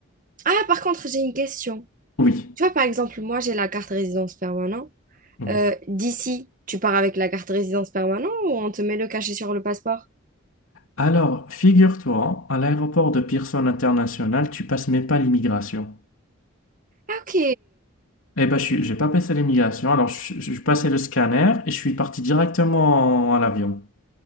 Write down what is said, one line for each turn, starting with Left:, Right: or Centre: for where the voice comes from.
Right: Ah, par contre, j'ai une question.
Left: Oui.
Right: Tu vois, par exemple, moi, j'ai la carte résidence permanente.
Left: Oui.
Right: Euh, d'ici, tu pars avec la carte résidence permanente ou on te met le cachet sur le passeport?
Left: Alors, figure-toi, à l'aéroport de Pearson International, tu passes même pas l'immigration.
Right: Ah, ok.
Left: Eh ben, je suis- j'ai pas passé l'immigration. Alors, je, je passais le scanner et je suis parti directement à l'avion.